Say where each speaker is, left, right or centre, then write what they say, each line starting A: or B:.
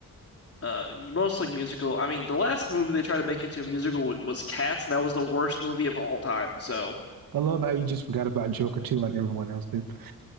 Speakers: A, on the left; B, on the right.
A: uh mostly musical. I mean, the last movie they tried to make into a musical w was Cats, and that was the worst movie of all time. So,
B: I love how you just forgot about Joker too, like everyone else did.